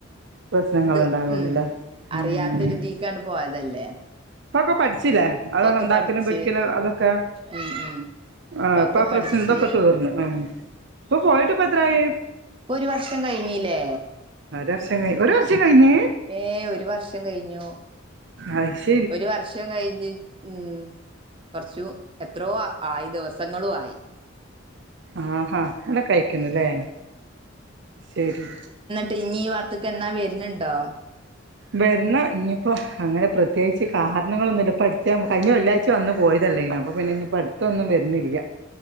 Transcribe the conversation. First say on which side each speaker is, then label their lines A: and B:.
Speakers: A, on the right; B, on the right.
A: പ്രശ്നങ്ങൾ
B: ഇത്
A: ഉണ്ടാവുന്നുള്ളൂല്ലേ
B: ഉം
A: ഉം
B: അറിയാത്തരുതീക്കാണ്ട് പോയതല്ലേ.
A: ഇപ്പൊക്കെ പഠിച്ചില്ലേ
B: ഇപ്പൊക്കെ
A: അതൊ ണ്ടാക്കലും
B: പഠിച്ച്
A: പിടിക്കലും അതൊക്കെ.
B: ഉം ഉം
A: ആഹ്
B: ഇപ്പൊക്കെ
A: ഇപ്പൊ ആ
B: പഠിച്ച്
A: പ്രസിന്തൊക്കെ തീർന്ന് ആഹ് ഇപ്പൊ പോയിട്ട് ഇപ്പ എത്രായി?
B: പ്പൊ ഒരു വർഷം കഴിഞീല്ലേ?
A: ഒര് വർഷം കഴി ഒരു വർഷം കഴിഞ്ഞ്.
B: ഏഹ് ഒരു വർഷം കയ്ഞ്ഞു.
A: ആയ്ഷ്
B: ഒരു വർഷം കഴിഞ്ഞ് ഉം കൊർച്ചു എത്രോ അ ആയി ദിവസങ്ങളും ആയി.
A: ആഹാ ങ്ങനെ കഴിക്കുന്നുല്ലേ
B: ഉം
A: ശരി.
B: ട്ടിന്നീ ഈ വാക്ക്ത്ത്ക്കന്നേ വര്ന്ണ്ടോ?
A: വര്ണ് ഇനിയിപ്പോ അങ്ങനെ പ്രത്യേകിച്ച് കാര്ണങ്ങളൊന്നുല്ല ഇപ്പ അട്ത്ത് കഴിഞ്ഞ വെള്ളി ചു വന്ന് പോയതല്ലേനോ അപ്പൊ പിന്നെ ഇനിയിപ്പ അട്ത്തൊന്നും വര്നില്ല.